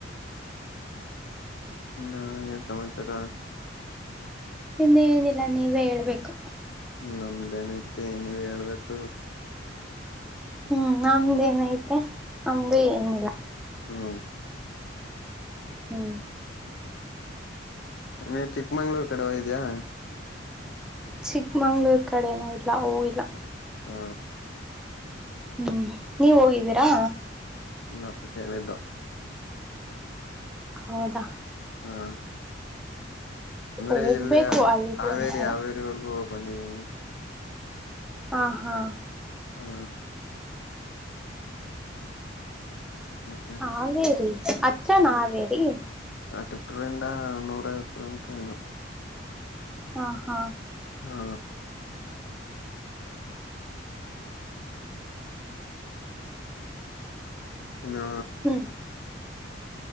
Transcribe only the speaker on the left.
ನಾ ಯ ಸಮಚಾರ
ನಮ್ದೇನ ಐತೆ ನೀವ್ ಹೇಳ್ಬೇಕು
ಹ್ಮ್
ನೀ ಚಿಕ್ಕಮಂಗ್ಳೂರ್ ಕಡೆ ಹೋಗಿದ್ದಿಯಾ
ಹ್ಮ
ಇಪ್ಪ ಕೇಳಿದ್ದು
ಹಾ ಅಂದ್ರೆ
ಇಲ್ಲಿ
ಹಾವೇರಿ
ಹಾವೇರಿವರೆಗೂ ಹೋಗಿ ಬಂದಿದೀನಿ
ಹ್ಮ ಮತ್ತೆ
ಹಾ ಆ ಟಿಪ್ಟ್ರಂದ ನೂರ ಐವತ್ತು ಕಿಲೋಮೀಟ್ರ ಏನು
ಹಾ ಹಾ